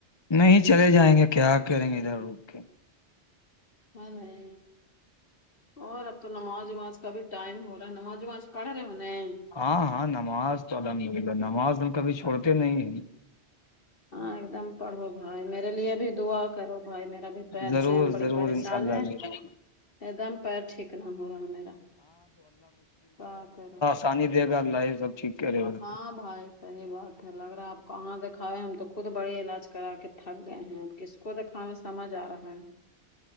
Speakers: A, on the left; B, on the left.
A: نہیں چلے جائیں گے کیا کریں گے ادھر اھ کے
B: ہاں بھائی اور اب تو نماز وماز کا بھی ٹائم ہو رہا ہے نماز وماز پڑھ رہے ہوہ
A: ہاں ہاں نماز تو الحمدلہ نماز ہم کبھی چھوڑتے نہیں ہیں
B: ہاں ایک دم پڑھو بھائی میرے لیے بھی دعا کرو بھائی میرا بھی پیر
A: ضرور
B: سے ہم بڑی
A: ضرور
B: پریشان
A: انشاء اللہ
B: ہیں
A: ضرور
B: ایک دم پیر ٹھیک نہ ہو رہا میرا کیا کرے
A: پانی دے گا اللہ یہ سب ٹھیک کر رہے گا
B: ہاں بھائی صحیح بات ہے لگ رہا آپ کہاں دکھاوے ہم تو خود بڑی علاج کرا کے تھک گئے ہیں اب کس کو دکھان میں سمج آ رہا ہے